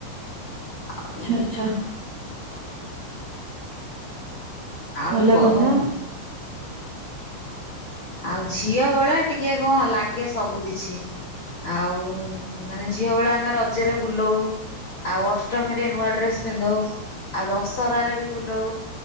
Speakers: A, on the left; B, on the right.
A: ଆଉ
B: ଆଚ୍ଛା, ଆଚ୍ଛା।
A: ଆଉ
B: ଭଲ
A: କହ?
B: କଥା
A: ଆଉ ଝିଅ ବେଳା ଟିକେ କଣ ଲାଗେ ସବୁ କିଛି। ଆଉ ମାନେ ଝିଅ ବେଳା ଆମେ ରଜରେ ବୁଲଉ। ଆଉ ଅଷ୍ଟମୀରେ ନୂଆ ଡ୍ରେସ ପିନ୍ଧଉ। ଆଉ ଦଶ ହରାରେ ବି ବୁଲଉ